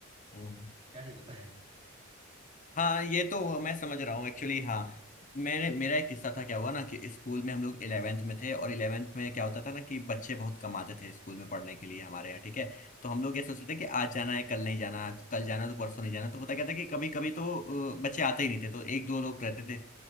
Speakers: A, on the left (about 40°); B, on the right (about 30°).
A: हम्म,
B: क्या ही बताएं
A: हाँ ये तो मैं समझ रहा हूँ एक्चुअली हाँ मेरे मेरा एक किस्सा था क्या हुआ ना कि स्कूल में हम लोग इलेवेंथ में थे और इलेवेंथ में क्या होता था ना कि बच्चे बहुत कम आते थे स्कूल में पढ़ने के लिए हमारे यहाँ ठीक है तो हम लोग ये सोचते थे कि आज जाना है कल नहीं जाना तो कल जाना तो परसों नहीं जाना तो होता क्या था कि कभी कभी तो अ, बच्चे आते ही नहीं थे तो एक दो लोग रहते थे